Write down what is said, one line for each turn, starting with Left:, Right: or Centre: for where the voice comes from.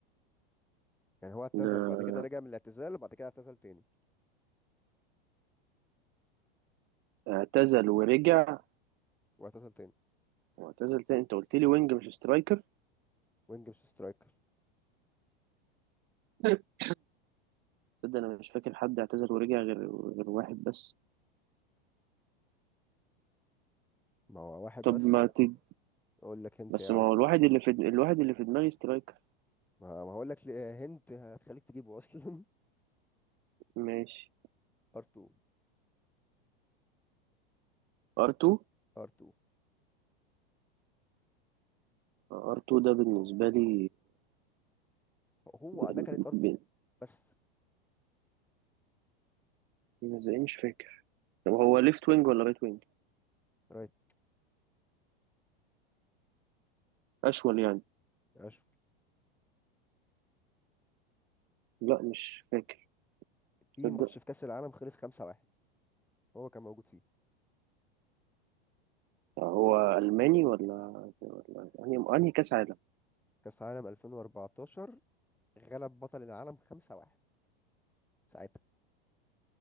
Centre: يعني هو اعتزل
Right: ده
Centre: بعد كده رجع من الاعتزال وبعد كده اعتزل تاني
Right: اعتزل ورجع
Centre: واعتزل تاني
Right: واعتزل تاني انت قلت لي وينج مش سترايكر
Centre: وينج مش سترايكر
Right: <laughs> تصدق انا مش فاكر حد اعتزل ورجع غير غير واحد بس
Centre: ما هو واحد
Right: طب
Centre: بس
Right: ما تد...
Centre: اقول لك هنت
Right: بس
Centre: يا عم
Right: ما هو الواحد اللي في الواحد اللي في دماغي سترايكر
Centre: ما ما هقول لك ليه- هنت هتخليك تجيبه اصلا
Right: ماشي
Centre: <laughs> ار 2
Right: ار2
Centre: ار 2
Right: ار2 ده بالنسبة لي
Centre: هو
Right: ب-
Centre: انا كانت ار 2
Right: ب-
Centre: بس
Right: زي مش فاكر طب هو ليفت وينج ولا رايت وينج
Centre: رايت
Right: اشول يعني
Centre: اشوف
Right: لا مش فاكر تصدق
Centre: في ماتش في كأس العالم خلص 5-1 هو كان موجود فيه
Right: هو الماني ولا ولا انهي انهي كاس عالم
Centre: كأس العالم 2014 غلب بطل العالم 5-1 ساعتها